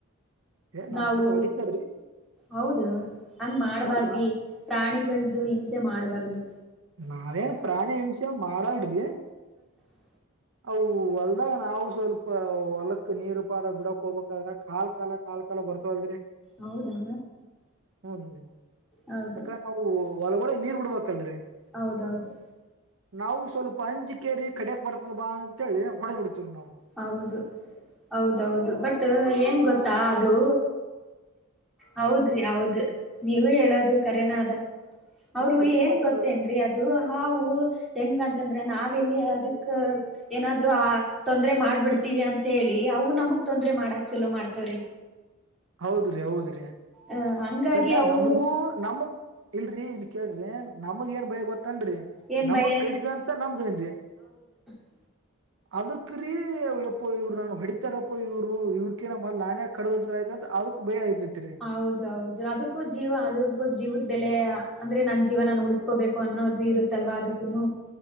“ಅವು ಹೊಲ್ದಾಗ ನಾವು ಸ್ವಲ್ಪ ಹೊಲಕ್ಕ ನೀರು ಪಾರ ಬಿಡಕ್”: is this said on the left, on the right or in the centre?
Right